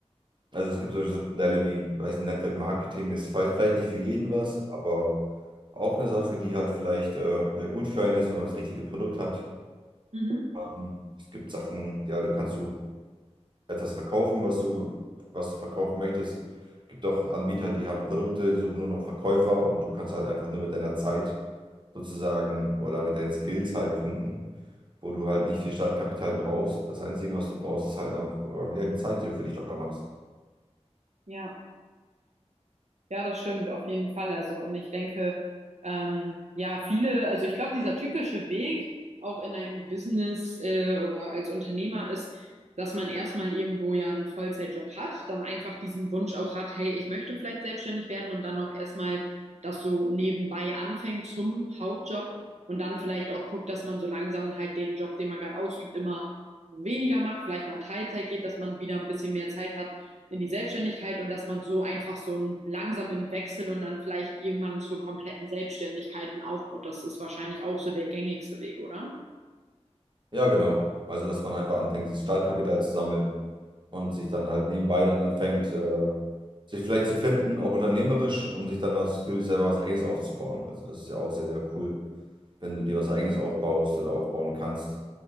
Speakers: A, on the right (about 45°); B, on the right (about 80°).
A: Also es gibt solche so Modelle wie, weiß nicht, Network Marketing ist vielleicht vielleicht nicht für jeden was, aber auch eine Sache, die halt vielleicht äh, ja, gut für einen ist, wenn man das richtige Produkt hat.
B: Mhm.
A: Ähm, es gibt Sachen, ja, da kannst du etwas verkaufen, was du, was du verkaufen möchtest. Gibt auch Anbieter, die haben Produkte, die suchen nur noch Verkäufer und du kannst halt einfach nur mit deiner Zeit sozusagen oder mit deinen Skills halt punkten, wo du halt nicht viel Startkapital brauchst. Das Einzige, was du brauchst, ist halt noch äh, ja, die Zeit, die du für dich locker machst.
B: Ja. Ja, das stimmt, auf jeden Fall. Also, und ich denke, ähm, ja, viele, also ich glaube, dieser typische Weg auch in einem Business äh, oder als Unternehmer ist, dass man erstmal irgendwo ja einen Vollzeitjob hat, dann einfach diesen Wunsch auch hat, hey, ich möchte vielleicht selbstständig werden und dann auch erstmal das so nebenbei anfängt zum Hauptjob und dann vielleicht auch guckt, dass man so langsam halt den Job, den man gerade ausübt, immer weniger macht, vielleicht mal Teilzeit geht, dass man wieder ein bisschen mehr Zeit hat in die Selbstständigkeit und dass man so einfach so einen langsamen Wechsel und dann vielleicht irgendwann zur kompletten Selbstständigkeit hin aufbaut. Das ist wahrscheinlich auch so der gängigste Weg, oder?
A: Ja, genau. Also, dass man einfach anfängt, sich Startkapital zu sammeln und sich dann halt nebenbei dann anfängt, äh, sich vielleicht zu finden, auch unternehmerisch, um sich dann was, für sich selber was Eigenes aufzubauen. Also, das ist ja auch sehr, sehr cool. wenn du dir was Eigenes aufbaust oder aufbauen kannst,